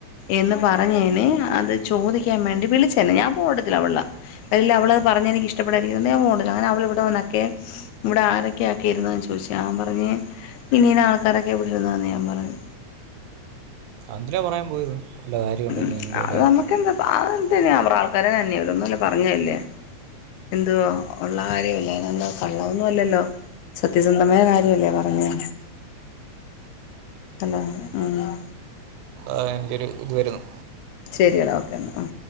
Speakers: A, on the left (about 80°); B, on the right (about 85°).
A: എന്ന് പറഞ്ഞേന് അത് ചോദിക്കാൻ വേണ്ടി വിളിച്ചെന്നെ. ഞാൻ ഫോണെടുത്തില്ല അവൾടെ ഇല്ലാ അവളത് പറഞ്ഞെനിക്ക് ഇഷ്ടപ്പെടായിരിക്കുന്നു ഞാൻ ഫോണെടുത്തില്ല. അങ്ങനെ അവൾ ഇവിടെ വന്നെക്കെ. ഇവടെ ആരെക്കെയാക്കെ ഇരുന്നെന്ന് ചോദിച്ചു. ഞാ പറഞ്ഞു ഇന്നിനാ ആൾക്കാരെക്കെയാ ഇവെടിരുന്നതെന്ന് ഞാൻ പറഞ്ഞു.
B: അതെന്തിനാ പറയാൻ പോയത് വല്ല കാര്യമുണ്ടോ
A: ഉം
B: ഇനി എൻ്റെ
A: അത്
B: കയറി
A: നമ്മെക്കെന്താപ്പ അത് എന്തിന് അവെർറെ ആൾക്കാര് തന്നെയോടുന്നുല്ല. പറഞ്ഞതല്ലേ. എന്തുവാ ഒള്ള കാര്യവല്ലേ. അയ്നെന്താ കള്ളവൊന്നും അല്ലല്ലോ. സത്യസന്ധമായ കാര്യവല്ലേ പറഞ്ഞേ തല്ലേ ആഹ്
B: ആഹ് എനിക്കൊരു ഇത് വെരുന്നു.
A: ശെരിടാ ഓക്കെ എന്നാ ഉം.